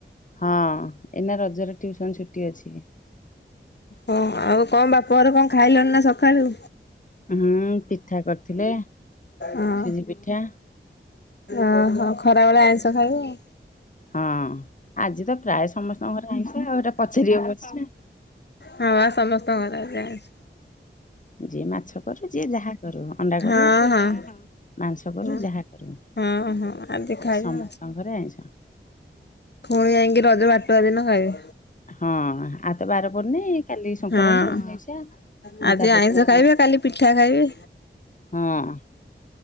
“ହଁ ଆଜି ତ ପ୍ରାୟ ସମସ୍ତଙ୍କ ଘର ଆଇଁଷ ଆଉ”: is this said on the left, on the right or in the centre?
Left